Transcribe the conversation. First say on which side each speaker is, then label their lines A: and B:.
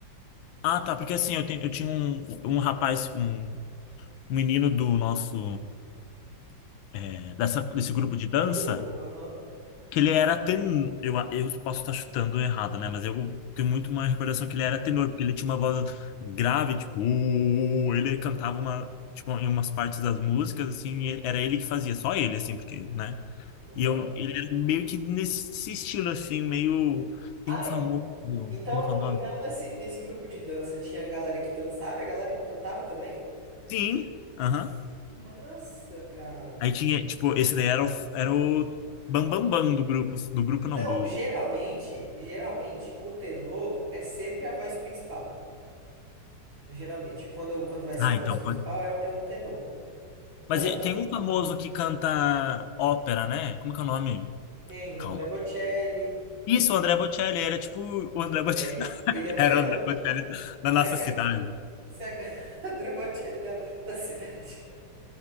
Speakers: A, on the left (about 85°); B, on the right (about 75°).
A: ah, tá, porque assim, eu, tenho, eu tinha um, um rapaz, um menino do nosso, é, dessa, desse
B: do,
A: grupo de dança,
B: do grupo. Aham.
A: que ele era tenor. Eu, eu posso estar chutando errado, né? Mas eu tenho muito uma recordação que ele era tenor, porque ele tinha uma voz grave, tipo, "Uh", ele cantava uma, tipo, em umas partes das músicas, assim, e era ele que fazia, só ele, assim, porque, né?
B: Aham.
A: E eu, ele era meio que nesse estilo, assim, meio.
B: Ai,
A: Tem um famoso.
B: então,
A: Como que é o nome?
B: então nesse nesse grupo de dança tinha a galera que dançava e a galera que cantava também?
A: Sim, aham.
B: Que massa, cara.
A: Aí tinha, tipo, esse daí era o, era o Bam Bam Bam do grupo, do grupo
B: Não,
A: não, do.
B: geralmente, geralmente o tenor é sempre a voz principal. Geralmente, quando quando vai ser
A: Ah,
B: uma voz
A: então.
B: principal é, é um tenor. Tanto
A: Mas e- tem
B: que
A: um famoso que canta ópera, né? Como é que é o nome?
B: tem o
A: Calma.
B: André Bocelli
A: Isso, o André Bocelli. Era tipo o André Bocelli.
B: É,
A: <laughs>
B: ele é um
A: Era
B: tenor.
A: o André Bocelli da
B: Mas
A: nossa
B: se
A: cidade,
B: a, se a <laughs> André Bocelli da, da cidade.